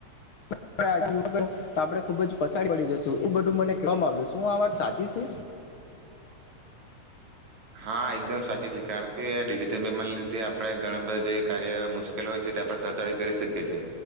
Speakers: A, on the left; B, on the right.
A: <unintelligible> તો આપડે ખુબ જ <unintelligible> પડી જશું એ બધું મને કેવામાં આવ્યું. શું આ વાત સાચી સે?
B: હા, એકદમ સાચી સે, કારણ કે આ ડિજિટલ પેમેન્ટના લીધે આપણે ઘણા બધા જે કાર્ય મુશ્કેલ હોય છે તે આપણે સરળતાથી કરી શકીએ છીએ,